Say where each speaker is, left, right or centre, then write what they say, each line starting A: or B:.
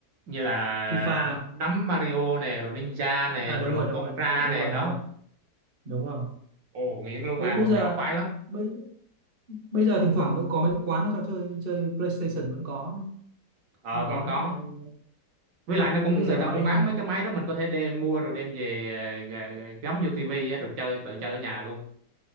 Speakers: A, on the right (about 85°); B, on the right (about 35°).
A: như là
B: FIFA
A: nắm Mario nè rồi Ninja nè
B: à đúng
A: rồi
B: rồi đúng
A: Contra
B: rồi đúng rồi đúng
A: nè
B: rồi
A: đó
B: đúng rồi đúng rồi
A: ồ nghiện luôn
B: bây
A: mà
B: bây
A: hồi
B: giờ
A: nhỏ khoái lắm
B: bây bây giờ thỉnh thoảng vẫn có mấy cái quán nó cho chơi chơi PlayStation vẫn có
A: ờ
B: vẫn có
A: vẫn có
B: đấy anh
A: với lại nó cũng
B: bây giờ
A: người ta
B: máy
A: cũng bán mấy cái máy đó mình có thể đem mua rồi đem về ờ, gà- gà- gắm vô tivi á, rồi chơi tự chơi ở nhà luôn